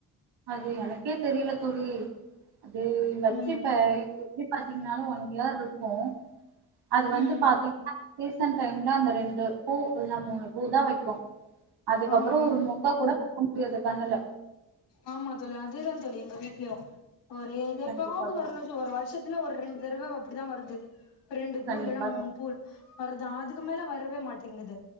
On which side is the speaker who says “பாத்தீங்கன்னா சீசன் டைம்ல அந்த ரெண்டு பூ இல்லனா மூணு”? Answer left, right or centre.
Right